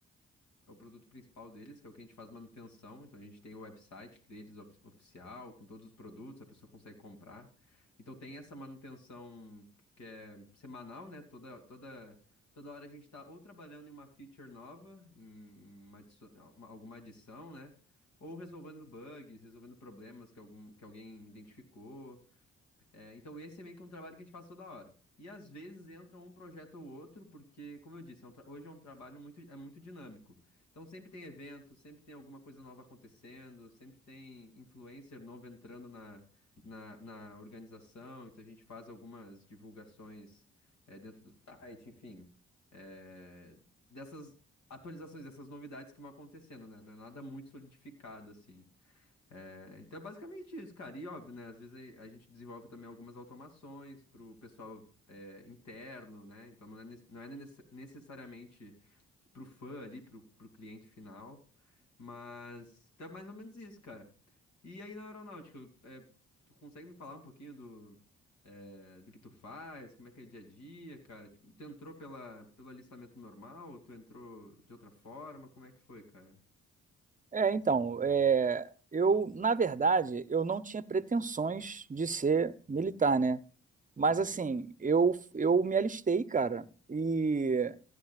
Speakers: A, on the left; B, on the right.
A: é o produto principal deles, que é o que a gente faz manutenção. Então a gente tem o website deles ofi- oficial, com todos os produtos, a pessoa consegue comprar. Então tem essa manutenção que é semanal, né? Toda, toda, toda hora a gente está ou trabalhando em uma feature nova, em uma adiço- uma- alguma adição, né? Ou resolvendo bugs, resolvendo problemas que algum, que alguém identificou. É, então esse é meio que um trabalho que a gente faz toda hora. E às vezes entra um projeto ou outro, porque, como eu disse, é um tra- hoje é um trabalho muito, é muito dinâmico. Então sempre tem evento, sempre tem alguma coisa nova acontecendo, sempre tem influencer novo entrando na, na, na organização. Então a gente faz algumas divulgações, é, dentro do site, enfim. é, dessas atualizações, dessas novidades que vão acontecendo, né? Não é nada muito solidificado, assim. É, então é basicamente isso, cara. E óbvio, né? Às vezes a, a gente desenvolve também algumas automações para o pessoal é, interno, né? Então não é, nes- não é nece- necessariamente para o fã ali, para o cliente final. Mas então é mais ou menos isso, cara. E aí na aeronáutica, é, tu consegue me falar um pouquinho do, é, do que tu faz? Como é que é o dia a dia, cara? Tipo, Tu entrou pela, pelo alistamento normal? ou Tu entrou de outra forma? Como é que foi, cara?
B: É, então, é, eu, na verdade, eu não tinha pretensões de ser militar, né? Mas
A: Uhum,
B: assim, eu eu me alistei, cara, e